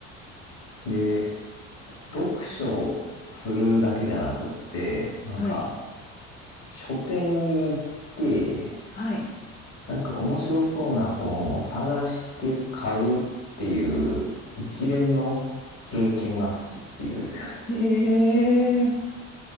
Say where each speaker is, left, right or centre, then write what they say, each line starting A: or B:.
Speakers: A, on the left; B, on the left.
A: で、読書するだけじゃなくって、なんか、
B: はい。
A: 書店に行って、
B: はい。
A: なんか面白そうな本を探して買うっていう一連の経験が好きっていう。
B: へえ。